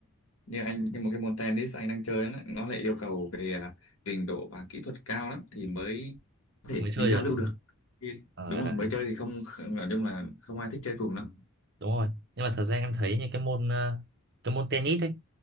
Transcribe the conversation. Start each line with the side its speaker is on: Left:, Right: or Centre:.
Left: như anh cái một cái môn tennis anh đang chơi nó nó lại yêu cầu về à, trình độ và kỹ thuật cao lắm thì mới có thể
Right: mới chơi
Left: đi giao
Right: được
Left: lưu
Right: đúng
Left: được thì-
Right: ờ
Left: đúng
Right: đấy
Left: rồi mới chơi thì không không- nói chung là không ai thích chơi cùng lắm
Right: đúng rồi nhưng mà thật ra em thấy như cái môn ờ, cái môn tennis ấy